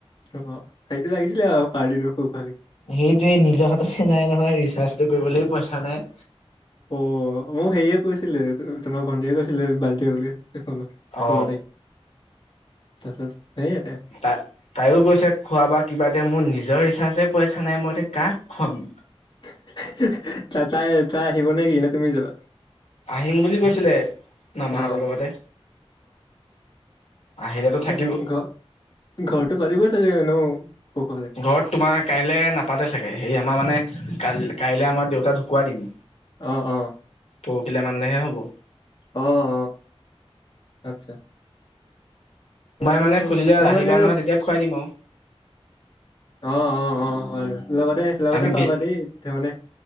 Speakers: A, on the left; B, on the left.
A: অঁ অঁ। সেইটো লাগিছিলে আও পাৰ্টিটো সুখ ভাবি।
B: সেইটোয়েই নিজৰ হাততে নাই নহয়, ৰিচাৰ্জটো কৰিবলৈও পইচা নাই।
A: অ' মোক হেইয়ে কৈছিলে, তোমাৰ ভন্টিয়ে কৈছিলে বাথ্ৰদে বুলি এখনত
B: অ
A: ষোল্ল তাৰিখ। তাছত হেইয়াতে।
B: তা তাইও কৈছে খোৱা বা কিবা দে, মোৰ নিজৰ ৰিচাজে পইচা নাই মই এতিয়া কাক খুৱাম?
A: <unintelligible> তাই তাই তাই আহিব নেকি নে তুমি যাবা?
B: আহিম বুলি কৈছিলে, মামাহঁতৰ
A: অ
B: লগতে। আহিলেতো থাকিব
A: ত ঘ ঘৰটো পাৰিব চাগে এনও সুখৰে।
B: ঘৰত তোমাৰ কাইলে নাপাতে চাগে সেই আমাৰ মানে কাল কাইলে আমাৰ দেউতা ঢুকুৱা দিন।
A: অ অ।
B: পৰহিলে মানেহে হ'ব।
A: অ অ, আচ্ছা। মই
B: মানে
A: বোলো
B: খুলিলে
A: তোমালোকে
B: আহিবা নহয় তেতিয়া খুৱাই দিম আৰু।
A: অ অ অ হয় লগতে লগতে
B: আমি
A: খোৱাবা
B: বি
A: দেই ত মানে,